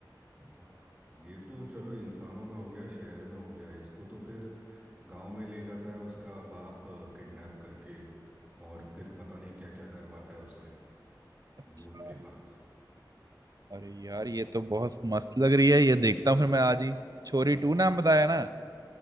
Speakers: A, on the right; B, on the right.
A: हाँ ये तो चलो इंसानों में हो गया शहर में हो गया इसको तो फिर गांव में ले जाता है उसका बाप किडनैप करके और फिर पता नहीं क्या क्या करवाता है उससे
B: अच्छा
A: भूत के पास
B: अरे यार ये तो बहुत मस्त लग रही है ये देखता हूँ फिर मैं आज ही छोरी टू नाम बताया ना